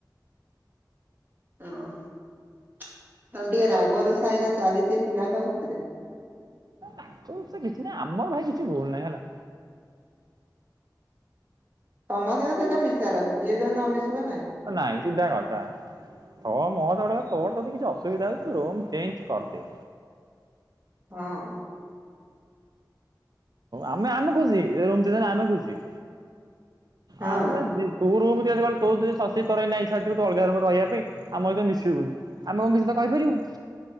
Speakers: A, on the right (about 25°); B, on the right (about 60°).
A: ଓ ତାହେଲେ ଟିକେ ରାଗ ରୁଷା ଏଇନା ଚାଲିଚି ପିଲାଙ୍କ ଭିତରେ।
B: ତାକୁ ସେ କିଛି ନାହିଁ ଆମର ଭାଇ କିଛି ଭୁଲ ନାହିଁ ହେଲା।
A: ସମସ୍ତିଙ୍କ ସହିତ ମିଶିବାର ଅଛି। ଯିଏ ଯଦି ନମିଶିବ ନାଇଁ।
B: ନାଇଁ ସିଧା କଥା। ହଁ <unintelligible> ତୋର ଯଦି କିଛି ଅସୁବିଧା ହଉଚି ତୁ ରୁମ୍ ଚେଞ୍ଜ କରିଦେ।
A: ହଁ।
B: ଆମେ ଆମେ ଖୁସି <unintelligible> ଆମେ ଖୁସି।
A: ହଁ
B: ଆମେ ଜି ତୁ ରୁମ୍ ଚେଞ୍ଜ କଲୁ, ତୋର ଯଦି ଶଶୀ <unintelligible> ଅଲଗା ରୁମ୍ ରେ ରହିବା ପାଇଁ ଆମ ସହିତ ମିଶିବୁନି। ଆମେ କଣ କିଛି ତତେ କହିପାରିବୁ।